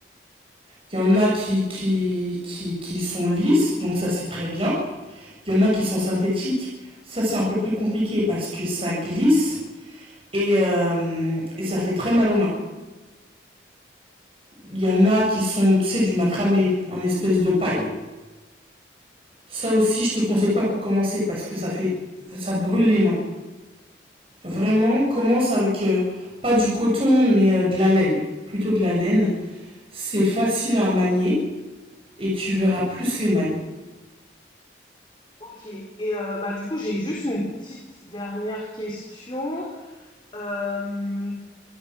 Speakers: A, on the right (about 30°); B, on the left (about 25°).
A: Il y en a qui, qui, qui, qui sont lisses, donc ça c'est très bien. Il y en a qui sont synthétiques, ça c'est un peu plus compliqué parce que ça glisse et, euh, et ça fait très mal aux mains. Il y en a qui sont, tu sais, du macramé en espèce de paille. Ça aussi, je te conseille pas pour commencer parce que ça fait, ça brûle les mains. Vraiment, commence avec euh, pas du coton mais euh, de la laine, plutôt de la laine. C'est facile à manier et tu verras plus les mailles.
B: Ok. Et euh, bah du coup, j'ai juste une petite dernière question. Euh,